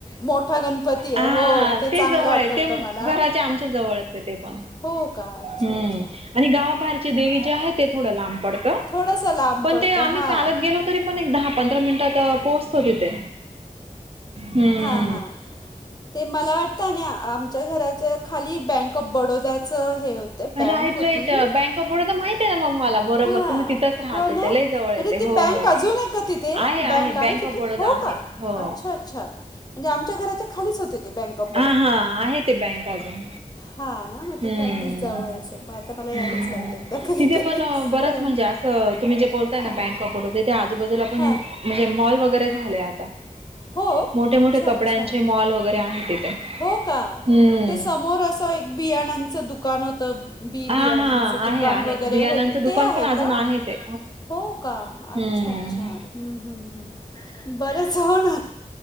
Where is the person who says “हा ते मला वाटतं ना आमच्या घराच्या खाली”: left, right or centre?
Left